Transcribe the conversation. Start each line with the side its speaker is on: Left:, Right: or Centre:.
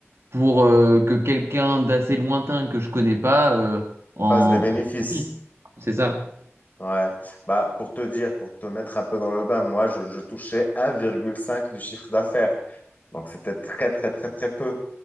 Right: pour euh, que quelqu'un d'assez lointain que je connais pas euh, en
Left: face des bénéfices.
Right: en profite. C'est ça.
Left: Ouais. Bah, pour te dire, pour te mettre un peu dans le bain, moi, je, je touchais 1,5 du chiffre d'affaires. Donc, c'était très, très, très, très peu.